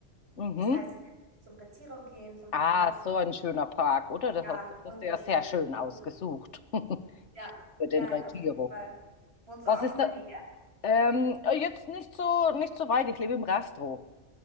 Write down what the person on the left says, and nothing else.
Mhm.
Ah,
so ein schöner Park, oder? Das
hast, das
hast du ja sehr schön ausgesucht
<laughs>
für
den Retiro.
Was
ist
da?
Ähm, äh, jetzt nicht so, nicht so weit. Ich lebe im Rastro.